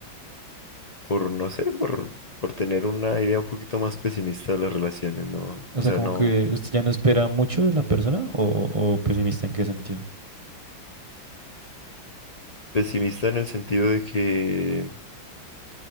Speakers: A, on the left; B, on the right.
A: por, no sé, por, por tener una idea un poquito más pesimista de las relaciones, ¿no?
B: O
A: O
B: sea,
A: sea,
B: como
A: no,
B: que usted ya no espera mucho de la persona o, o pesimista en qué sentido?
A: pesimista en el sentido de que,